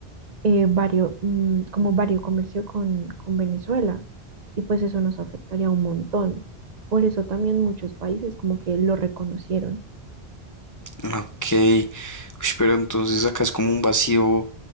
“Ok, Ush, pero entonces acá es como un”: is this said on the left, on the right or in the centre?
Left